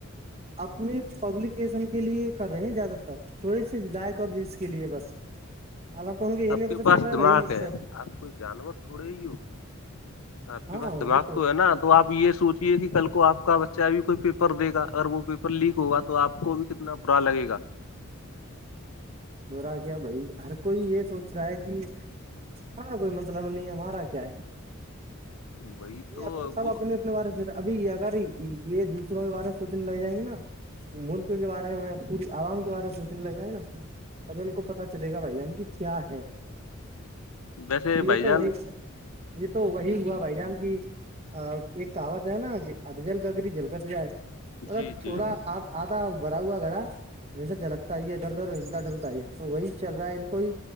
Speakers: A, on the right; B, on the left.
A: اپنے پبلیکیشن کے لیے کر رہے ہیں زیادہ تر تر تھوڑے سی لائق اور ویوس کے لیے بس الال کون کے یہ
B: آپ
A: نہیں پتا
B: پاس
A: چل رہا ہے
B: دماغ
A: بھائی سر
B: آپ کوئی جانور تھوڑے ہی ہو آپ
A: ہاں
B: کے پاس
A: وہ
B: دماغ تو ہے نا تو آپ یہ سوچیے کہ کل کو آ کا بچہ بھی کوئی پر دے گا اگر وہ پیپر لیک ہوگا تو آپ کو بھی کتنا برا لگے گا
A: رہا کیا بھائی ہر کوئی یہ سوچ رہا ہے کہ ہمیں کوئی مطلب نہیں ہمارا کیا ہے
B: وہی تو
A: یہ اپنے سب
B: وہ
A: اپنے اپنے بارے میں سوچ ابھی اگر یہ دوسروں کے بارے میں سوچنے لگ جائیں گے نا ملک کے بارے میں پوری عوام کے بارے میں سوچنے لگ جائ گے نا اب ان کو پتا چلے گا بھائی جان کی کیا ہے
B: ویسے
A: یہ
B: بھائی
A: تو
B: جان
A: وہی یہ تو وہی ہوا بھائی جان ایک کہاوت ہے نا کہ ادجل گگری جلکت جائے مطلب
B: جی
A: تھوڑا
B: جی
A: آدھا بھرا ہوا گھڑا ہمیشہ جلکتا ہی ہے ادھر ادھر ہلد ڈھلتا ہی ہے تو وہی چل رہا ہے ان کو ہی